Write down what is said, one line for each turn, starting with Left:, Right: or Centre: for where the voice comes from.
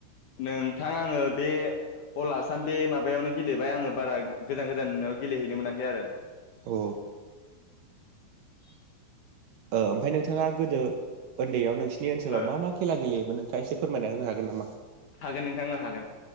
Left: नोंथां आङो बे अल आसाम बे माबायावनो गेलेबाय आङो बारा गोजान गोजानाव गेलेहैनो मोनाखै आरो
Right: औ
Left: <inaudible>
Right: ओमफ्राय नोंथाङा गोदो उन्दैयाव नोंसिनि ओनसोलाव
Left: ओ
Right: मा मा खेला गेलेयो नोंथाङा एसे फोरमायना होनो हागोन नामा
Left: हागोन नोंथां हागोन